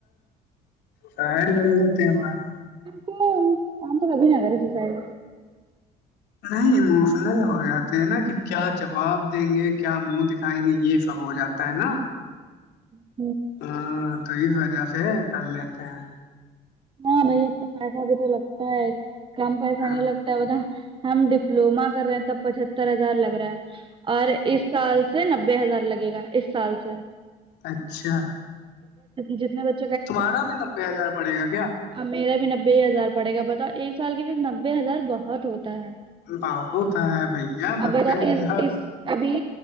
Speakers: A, on the left; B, on the right.
A: سائڈ کر لیتے ہیں بات
B: تو ہم کبھی نہ کر یں سوسائڈ
A: نہیں ایموشنل ہو جاتے ہیں نا کہ کیا جواب دیں گے کیا منہ دکھائیں گے یہ سب ہو جاتا ہوتا ہے نا
B: ہوں
A: ہاں تو اس وجہ سے کر لیتے ہیں
B: ہاں بھیا تو پیسہ بھی تو لگتا ہے کم پیسہ
A: ہاں
B: نہیں لگتا ہم ڈپلوما کر رہے ہیں توب پچتر ہزار لگ رہا ہے اور اس سال سے نبے ہزار لگے گا اس سال سے
A: اچھا
B: جتنے بچے
A: تمہارا بھی نبے ہزار پڑے گا کیا
B: ا میرا بھی نبے ہزار پڑے گا بتاؤ ایک سال کے بیچ نبے ہزار بہت ہوتا ہے
A: بہت ہے بھیا نبے
B: اب بتا اس
A: ہزار
B: اس ابھی